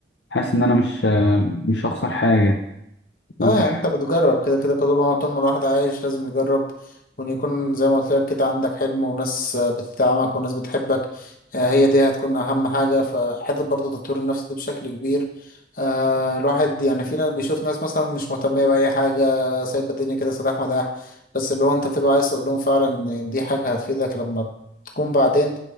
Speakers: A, on the left; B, on the left.
A: حاسس إن أنا مش آه، مش هخسر حاجة وبح-
B: اه يعني انت بتجرب كده كده كده طول ما الواحد عايش لازم يجرب وان يكون زي ما قلت لك كده عندك حلم وناس آه، بتدعمك وناس بتحبك آه، هي دي هتكون اهم حاجة فحتة برضه تطوير النفس دي بشكل كبير آه، الواحد يعني في ناس بيشوف ناس مثلا مش مهتمية بأي حاجة سايبة الدنيا كده سداح مداح بس اللي هو انت بتبقى عايز تقول لهم فعلا ان دي حاجة هتفيدك لما تكون بعدين